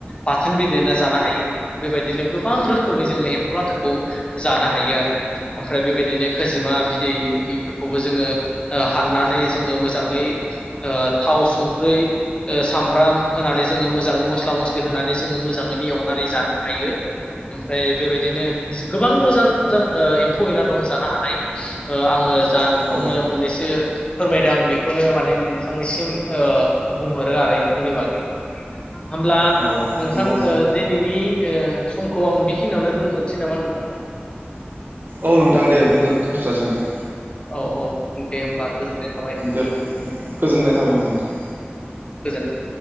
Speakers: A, on the left (about 25°); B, on the right (about 55°).
A: बाथोनबो देना जानो हायो बेबायदिनो गोबां रोखोमै जोङो एम्फौ लाथाखौ जानो हायो आरो ओमफ्राय बेबायदिनो खोजिमा बिदै बेफोर खौबो जोङो ओ हाननानै जोङो मोजाङै ओ थाव संख्रै ओ सामब्राम होनानै जोङो मोजाङै मस्ला-म स्लि होनानै जोङो मोजाङैनो एवनानै जानो हायो ओमफ्राय बेबायदिनो गोबां मोजां-मोजां ओ एम्फौ-एला दं जानो हानाय ओ आङो जा नोंथांनो
B: औ
A: मोननै सो फोरमायदों आं बेखौनो माने नोंथांनिसिम ओ बुंहरो आरो एम्फौनि बागै। होमब्ला
B: औ
A: नोंथां
B: नंगौ
A: ओ दिनैनि ओ समखौ आं बेखिनियावनो दोन्थ'नोसै नामा नोंथां।
B: औ नोंथां दे दोनथ'-दोनथ' जासिगोन दे।
A: औ-औ दे होमबा। गोजोननाय थाबाय
B: दे गोजोननाय थाबाय नोंथां।
A: गोजोन्थों।